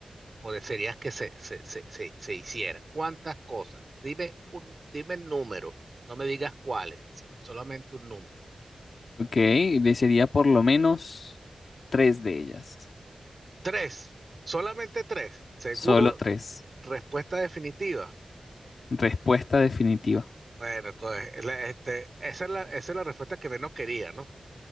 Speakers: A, on the right; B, on the left.
A: o de series que se, se, se, se, se hicieran. ¿Cuántas cosas? Dime un, dime el número, no me digas cuáles, sino solamente un número.
B: Ok, desearía por lo menos tres de ellas.
A: Tres, solamente tres. Seguro,
B: Solo tres.
A: respuesta definitiva.
B: Respuesta definitiva.
A: Bueno, co- la- este, esa es la, esa es la respuesta que menos quería, ¿no?